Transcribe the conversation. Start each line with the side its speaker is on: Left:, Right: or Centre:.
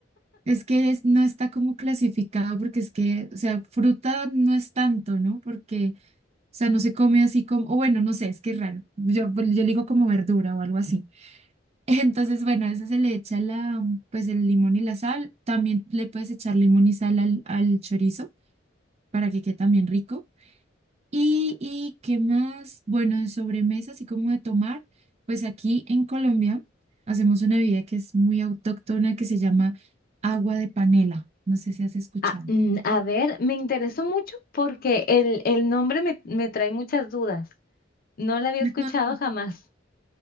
Right: Es que es- no está como clasificado porque es que, o sea, fruta no es tanto, ¿no? Porque, o sea, no se come así como, o bueno, no sé, es que es raro. Yo, pues, yo le digo como verdura o algo así. <laughs> Entonces, bueno, a eso se le echa la, pues el limón y la sal. También le puedes echar limón y sal al, al chorizo para que quede también rico. Y, y qué más, bueno, de sobremesa, así como de tomar, pues aquí en Colombia hacemos una bebida que es muy autóctona que se llama agua de panela. No sé si has escuchado.
Left: Ah, mm, a ver, me interesó mucho porque el, el nombre me, me trae muchas dudas. No la había
Right: Ajá.
Left: escuchado jamás.